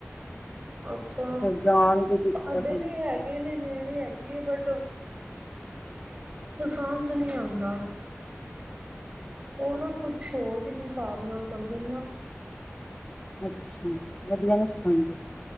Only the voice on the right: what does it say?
ਅੱਛਾ
ਸਾਡੇ
ਤੇ
ਹੈਗੇ ਨੇ ਨੇੜੇ ਹੈਗੇ ਆ ਬਟ ਦੋ ਪਸੰਦ ਨਹੀਂ ਆਉਂਦਾ। ਉਹ ਨਾ ਕੁਛ ਹੋਰ ਕਿਸੇ ਹਿਸਾਬ ਨਾਲ ਕਰ ਦਿੰਦਾ।